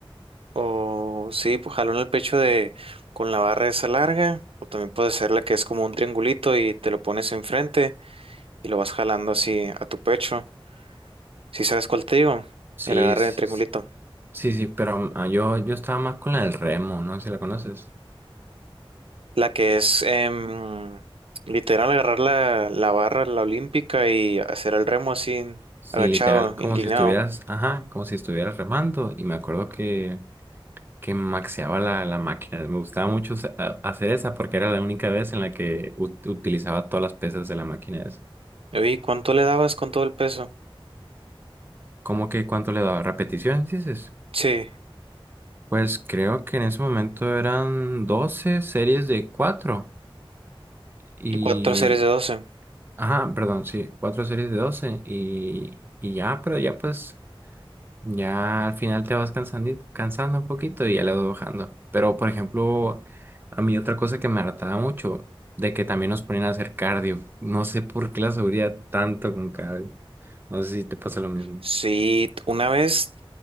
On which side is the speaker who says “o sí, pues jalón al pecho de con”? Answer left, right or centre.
Right